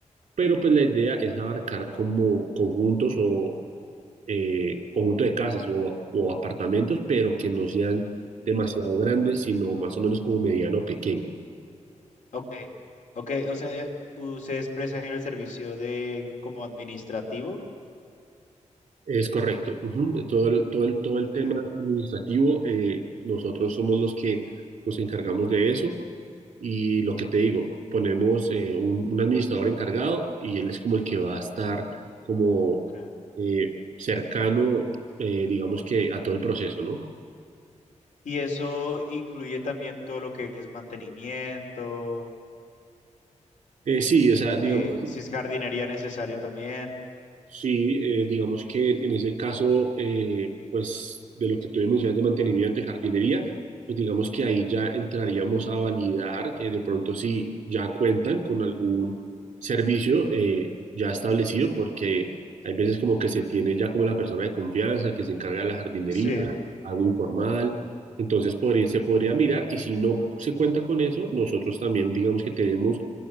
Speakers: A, on the right; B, on the left.
A: Pero pues la idea es abarcar como conjuntos o eh, conjunto de casas o, o apartamentos, pero que no sean demasiado grandes, sino más o menos como mediano o pequeño.
B: Ok, ok, o sea, eh, ustedes prestan el servicio de como administrativo
A: Es correcto. ujú. De Todo el, todo el, todo el
B: Okay,
A: tema administrativo, eh, nosotros somos los que nos encargamos de eso y lo que te digo, ponemos eh, un, un administrador encargado y él es como el que va a estar como
B: okay.
A: eh, cercano, eh, digamos que a todo el proceso, ¿no?
B: y eso incluye también todo lo que es mantenimiento,
A: Eh, sí, o sea, digamos
B: eh, si es jardinería necesaria también.
A: Sí, eh, digamos que en ese caso, eh, pues de lo que tú me mencionas de mantenimiento de jardinería, pues digamos que ahí ya entraríamos a validar eh, de pronto si ya cuentan con algún servicio eh, ya establecido, porque hay veces como que se tiene ya como la persona de confianza que se encarga de la jardinería,
B: Sí,
A: algo informal, entonces podría- se podría mirar y si no se cuenta con eso, nosotros también digamos que tenemos